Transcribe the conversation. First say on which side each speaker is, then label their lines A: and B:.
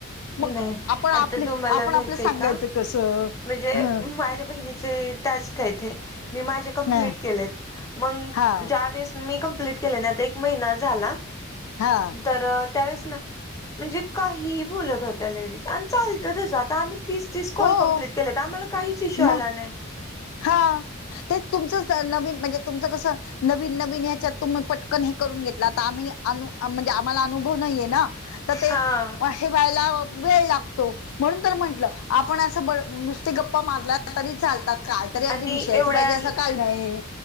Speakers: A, on the left (about 90°); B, on the left (about 15°).
A: मग
B: नाही
A: आपण आपले
B: आता तुम्हाला
A: आपण
B: माहित
A: आपल्या सांगायचं
B: आहे का
A: कसं
B: म्हणजे
A: ह
B: माझ्या बहिणीचे टास्क आहेत मी माझे कमप्लीट
A: नाही
B: केलेत. मग
A: हा
B: ज्या वेळेस मी कंप्लीट केले आता एक महिना झाला.
A: हा
B: तर त्यावेेळेस ना म्हणजे काही बोलत होत्या लेडीज आणि चालतच आता आम्ही तीस तीस कॉल
A: हो
B: कंप्लीट आम्हाला काहीच इशू आला
A: मग
B: नाही.
A: हा तेच तुमचं नवीन म्हणजे तुमचं कसं नवीन नवीन ह्याच्या तुम्ही पटकन हे करून घेतला तर आम्ही अनु म्हणजे आम्हाला अनुभव नाहीये ना तर ते
B: हा
A: हे व्हायला वेळ लागतो. म्हणून तर म्हंटलं आपण असं बड नुसते गप्पा मारला तरी चालतात. काय तरी अगदी
B: आणि
A: विषयाच
B: एवढ्या
A: पाहिजे असं काही नाही